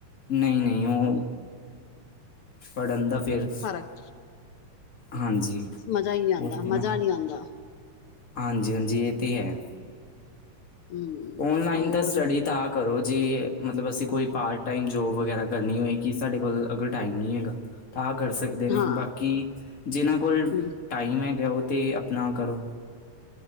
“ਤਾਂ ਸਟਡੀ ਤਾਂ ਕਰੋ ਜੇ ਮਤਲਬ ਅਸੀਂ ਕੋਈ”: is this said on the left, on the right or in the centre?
Left